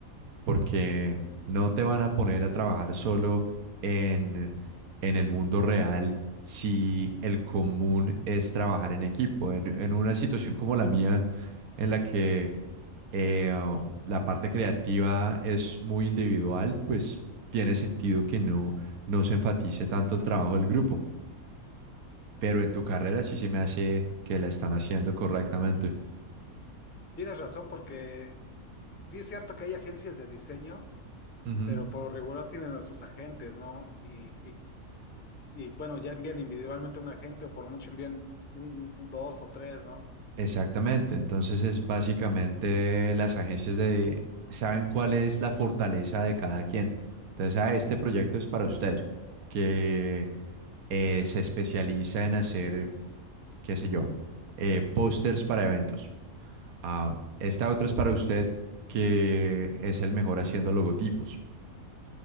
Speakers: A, on the right; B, on the left.
A: porque no te van a poner a trabajar solo en, en el mundo real si el común es trabajar en equipo. En, en una situación como la mía, en la que eh, la parte creativa es muy individual, pues tiene sentido que no no se enfatice tanto el trabajo del grupo pero en tu carrera sí se me hace que la están haciendo correctamente.
B: Tienes razón, porque sí es cierto que hay agencias de diseño,
A: Ujú,
B: pero por lo regular tienen a sus agentes, ¿no? Y, y, y, bueno, ya envían individualmente un agente o por mucho envían un, un dos o tres, ¿no?
A: Exactamente, entonces es básicamente las agencias de saben cuál es la fortaleza de cada quien. Entonces, ah, este proyecto es para usted, que eh, se especializa en hacer, qué sé yo, eh, pósters para eventos. Ah, esta otra es para usted, que es el mejor haciendo logotipos.